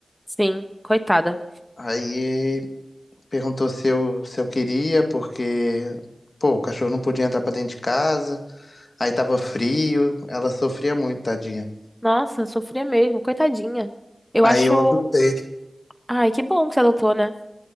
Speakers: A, in the centre; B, on the left (about 55°).
A: sim, coitada.
B: Aí Perguntou se eu, se eu queria, porque, pô, o cachorro não podia entrar pra dentro de casa, aí tava frio, ela sofria muito, tadinha.
A: Nossa, sofria mesmo, coitadinha. Eu
B: Aí
A: acho.
B: eu adotei.
A: Ai, que bom que você adotou, né?